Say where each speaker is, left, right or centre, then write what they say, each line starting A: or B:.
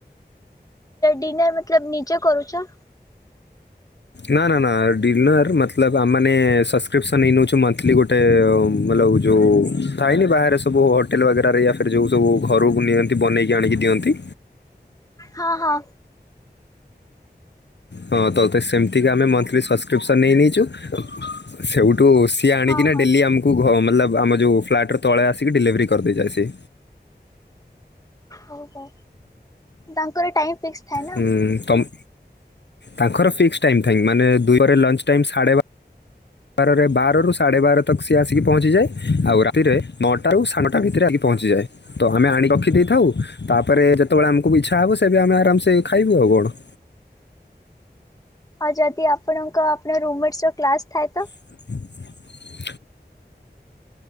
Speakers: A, on the left; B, on the left.
A: ଡିନର ମତଲବ ନିଜେ କରୁଛ?
B: ନା ନା ନା ଡିଲର ମତଲବ ଆମ୍ ମାନେ ସବସ୍କ୍ରିପସନ୍ ହେଇ ନେଉଛି ମନ୍ଥଲି ଗୋଟେ ମଲଉ ଯୋଉ ଥାଏନି ବାହାରେ ସବୁ ହୋଟେଲ୍ ବଗରାରେ ୟା ଫିର୍ ଯେଉଁ ସବୁ ଘରକୁ ନିଅନ୍ତି ବନେଇକି ଆଣିକି ଦିଅନ୍ତି।
A: ହଁ ହଁ।
B: ହଁ ତ ତ ସେମିତିକା ଆମେ ମନ୍ଥଲି ସବସ୍କ୍ରିପସନ୍ ନେଇ ନେଇଛୁ ସେଉଠୁ ସିଏ ଆଣିକିନା
A: ହଁ ହଁ
B: ଡେଲି ଆମକୁ ଘ୍ ମତଲବ ଆମ ଯେଉଁ ଫ୍ଲାଟର ତଳେ ଆସିକି ଡେଲିଭରି କରିଦେଇଯାଏ ସିଏ।
A: ହଉ ହଉ ତାଙ୍କର ଟାଇମ ଫିକ୍ସ ଥାଏ ନା
B: ହୁଁ ତମ୍ ତାଙ୍କର ଫିକ୍ସ ଟାଇମ ଥାଈଙ୍ଗ ମାନେ ଦୁଇପହରେ ଲଞ୍ଚ ଟାଇମ ସାଢେ଼ ବାର୍ ବାରରେ ବାରରୁ ସାଢ଼େ ବାର ତକ ସିଏ ଆସିକି ପହଞ୍ଚିଯାଏ। ଆଉ ରାତିରେ ନଅଟାରୁ ସାଢେ଼ ନଅଟା ଭିତରେ ଆସିକି ପହଞ୍ଚିଯାଏ। ତ ଆମେ ଆଣିକି ରଖିଦେଇଥାଉ। ତାପରେ ଯେତେବେଳେ ଆମକୁ ବି ଇଚ୍ଛା ହେବ ସେବେ ଆମେ ଆରାମସେ ଖାଇବୁ ଆଉ କଣ?
A: ଆଉ ଯଦି ଆପଣଙ୍କ ଆପଣ ରୁମମେଟର କ୍ଲାସ ଥାଏ ତ।
B: <inaudible>